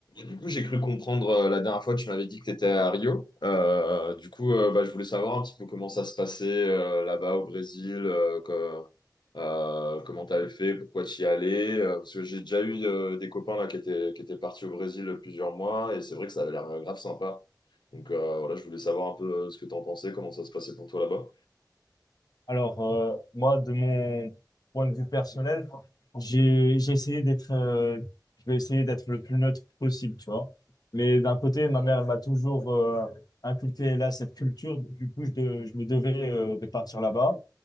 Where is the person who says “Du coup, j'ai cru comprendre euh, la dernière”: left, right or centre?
Left